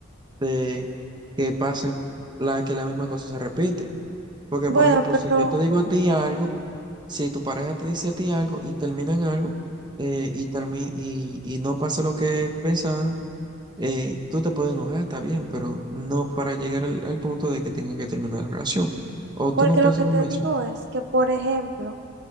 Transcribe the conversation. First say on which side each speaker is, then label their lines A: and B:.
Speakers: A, on the right; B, on the right.
A: de, que pasen la, que la misma cosa se repite. Porque,
B: Bueno,
A: por ejemplo,
B: pero
A: si yo te digo a ti algo, si tu pareja te dice a ti algo y terminan algo, eh, y, termi- y, y no pasa lo que pensaron, eh, tú te puedes enojar, está bien, pero no para llegar al, al punto de que tengan que terminar la relación. ¿O
B: porque
A: tú no piensas
B: lo que
A: lo
B: te
A: mismo?
B: digo es que, por ejemplo,